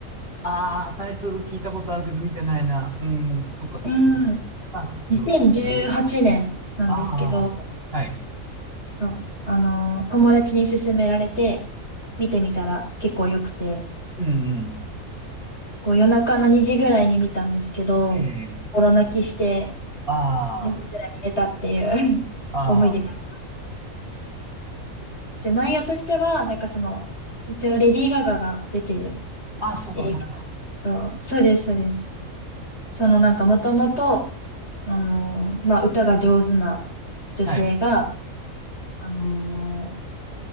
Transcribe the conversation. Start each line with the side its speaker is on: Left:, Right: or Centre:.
Right: ああ、タイトル聞いたことあるけど見てないな。うん、そっか、ス
Left: うん。
Right: ター誕生。
Left: 2018年なんですけど、
Right: ああ、はい。
Left: そう。あのー、友達に勧められて、見てみたら結構良くて、
Right: うんうん。
Left: こう夜中の2時ぐらいに見たんですけど、
Right: ええ、
Left: 心泣きして
Right: ああ、
Left: 4時ぐらいに寝たっていう <laughs>
Right: あ
Left: 思い出があります。じゃあ内容としては、なんかその、一応レディー・ガガが出てる
Right: あ、ああ、そっかそっか。
Left: 映画そうそうです、そうです。そのなんかもともと、あのーまあ歌が上手な女性が、
Right: はい、
Left: あのー